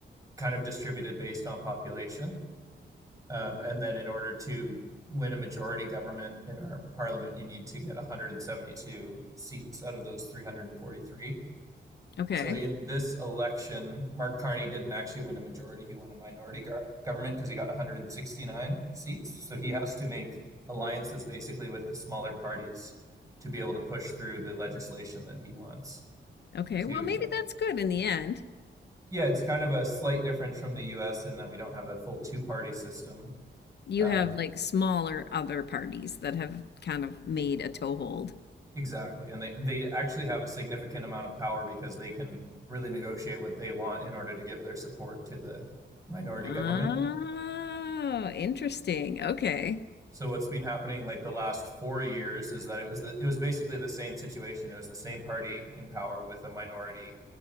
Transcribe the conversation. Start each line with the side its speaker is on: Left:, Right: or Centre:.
Right: kind of distributed based on population. Um, and then in order to win a majority government in our parliament, you need to get 172 seats out of those 343.
Left: Okay.
Right: So in this election, Mark Carney didn't actually win a majority. He won a minority go- government because he got 169 seats. So he has to make alliances basically with the smaller parties to be able to push through the legislation that he wants
Left: Okay.
Right: to.
Left: Well, maybe
Right: Uh,
Left: that's good in the end.
Right: yeah, it's kind of a slight difference from the US in that we don't have a full two party system.
Left: You
Right: Um,
Left: have like smaller other parties that have kind of made a toehold.
Right: exactly. And they, they actually have a significant amount of power because they can really negotiate what they want in order to give their support to the minority
Left: Oh,
Right: government
Left: interesting. Okay.
Right: So what's been happening like the last four years is that it was the it was basically the same situation. It was the same party in power with a minority,